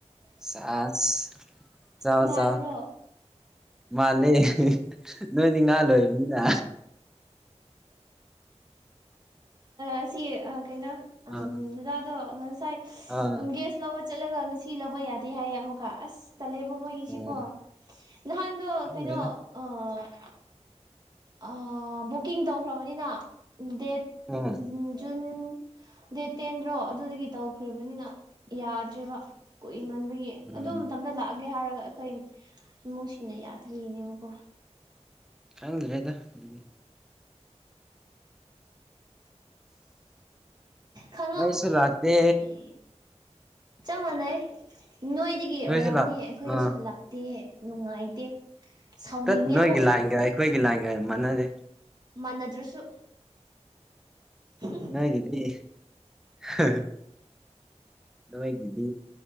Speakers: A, in the centre; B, on the right (about 35°).
A: ꯁꯥꯥꯁ ꯆꯥꯎ
B: ꯅꯨꯡꯉꯥꯏꯕ꯭ꯔꯣ
A: ꯆꯥꯎ ꯃꯥꯜꯂꯦ ꯅꯣꯏꯗꯤ ꯉꯥ ꯂꯣꯏꯕꯅꯤꯅ
B: ꯑꯁꯤ ꯑꯥ ꯀꯩꯅꯣ ꯑꯝ
A: ꯑꯥ
B: ꯗꯥꯗꯗꯣ ꯉꯁꯥꯏ
A: ꯑꯥ
B: ꯑꯪꯒꯦꯁ ꯂꯧꯕ ꯆꯠꯂꯒ ꯉꯁꯤ ꯂꯧꯕ ꯌꯥꯗꯦ ꯍꯥꯏꯌꯦ ꯑꯃꯨꯛꯀ ꯑꯁ ꯇꯜꯂꯦꯕꯣ ꯃꯣꯏꯒꯤꯁꯤꯀꯣ
A: ꯎꯝ
B: ꯅꯍꯥꯟꯗꯣ
A: ꯈꯪꯗ꯭ꯔꯦꯗ
B: ꯀꯩꯅꯣ ꯑꯣ ꯑꯥ ꯕꯨꯀꯤꯡ ꯇꯧꯈ꯭ꯔꯕꯅꯤꯅ ꯗꯦꯠ
A: ꯎꯝ
B: <unintelligible> ꯖꯨꯟ ꯗꯦꯠ ꯇꯦꯟꯗ꯭ꯔꯣ ꯑꯗꯨꯗꯒꯤ ꯇꯧꯈ꯭ꯔꯕꯅꯤꯅ ꯌꯥꯗ꯭ꯔꯦꯕ ꯀꯨꯏꯃꯟꯕꯒꯤ
A: ꯎꯝ
B: ꯑꯗꯨ ꯃꯇꯝꯗ ꯂꯥꯛꯑꯒꯦ ꯍꯥꯏꯔꯒ ꯑꯩꯈꯣꯏ ꯏꯃꯨꯡꯁꯤꯡꯅ ꯌꯥꯗꯔꯤꯅꯦꯕꯀꯣ
A: ꯈꯪꯗ꯭ꯔꯦꯗ ꯑꯗꯨꯗꯤ
B: ꯈꯪꯉꯣ
A: ꯃꯩꯁꯨ ꯂꯥꯛꯇꯦ
B: ꯀꯔꯤ ꯆꯞ ꯃꯥꯟꯅꯩ ꯅꯣꯏꯗꯒꯤ
A: ꯅꯣꯏꯁꯨ
B: ꯑꯣꯏꯔꯝꯅꯦ
A: ꯂꯥꯛ
B: ꯑꯩꯈꯣꯏꯗꯁꯨ
A: ꯑꯥ
B: ꯂꯥꯛ ꯗꯤꯑꯦ ꯅꯨꯡꯉꯥꯏꯇꯦ ꯁꯥꯎꯅꯤꯡꯉꯦꯕꯨ
A: ꯇꯠ ꯅꯣꯏꯒꯤ ꯂꯥꯏꯟꯒ ꯑꯩꯈꯣꯏꯒꯤ ꯂꯥꯏꯟꯒ ꯃꯥꯟꯅꯗꯦ
B: ꯃꯥꯟꯅꯥꯗ꯭ꯔꯥꯁꯨ ꯍꯨ
A: ꯅꯣꯏꯒꯤꯗꯤ ꯍꯥꯍ ꯅꯣꯏꯒꯤꯗꯤ